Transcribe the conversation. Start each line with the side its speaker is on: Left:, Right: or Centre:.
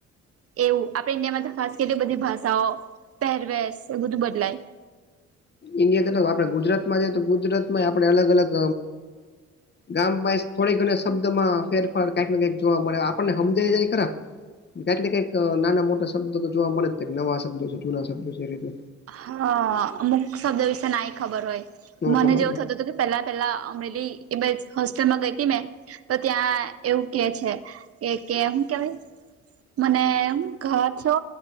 Right: એવું આપડે ઇન્ડિયા માં તો ખાસ કેટલી બધી ભાષાઓ પહેરવેશ એ બધું બદલાય.
Left: ઇન્ડિયા તો આપડે ગુજરાત માં જ તો ગુજરાત માં આપણે અલગ અલગ ગામ ભ થોડીક ઘણી શબ્દ માં ફેરફાર કંઈક ને કઈક જોવા મળે, આપણને સમજાઈ જાય ખરા કંઈક ને કઈક નાના મોટા શબ્દ તો જોવા મળે જ કઈક નવા શબ્દો છે જૂના શબ્દો છે એ રીતે
Right: હા અમુક શબ્દ વિશે નાઈ ખબર હોય
Left: નો
Right: મને
Left: ખબર
Right: જેવું
Left: હોય
Right: થતું પેલા પેલા અમરેલી એ હોસ્ટેલમાં ગઈ હતી મેં તો ત્યાં એવું કે છે કે કે હું કેવા? મને ઘ છો